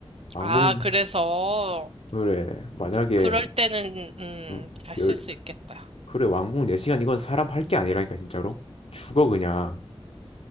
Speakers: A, on the left; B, on the right.
A: 왕복
B: 아, 그래서,
A: 그래 만약에
B: 그럴 때는, 음,
A: 음,
B: 잘
A: 열
B: 쓸 수 있겠다.
A: 그래 왕복 4시간 이건 사람 할 게 아니라니까 진짜로. 죽어 그냥.